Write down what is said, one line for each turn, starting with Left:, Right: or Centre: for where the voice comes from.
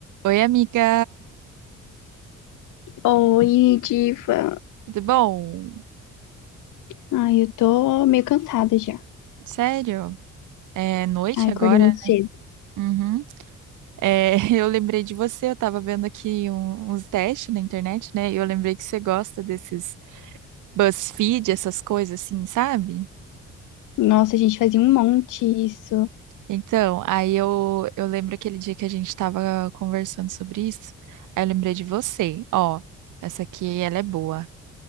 Right: Oi, amiga.
Left: Oi, Diva.
Right: Tudo bom?
Left: Ai, eu tô meio cansada já.
Right: Sério? É noite
Left: Ai,
Right: agora?
Left: acordei muito cedo.
Right: Uhum. É, <laughs> eu lembrei de você, eu tava vendo aqui um- uns testes na internet, né? E eu lembrei que você gosta desses BuzzFeed, essas coisas assim, sabe?
Left: Nossa, a gente fazia um monte isso.
Right: Então, aí eu, eu lembro aquele dia que a gente tava conversando sobre isso, aí eu lembrei de você. Ó, essa aqui, ela é boa.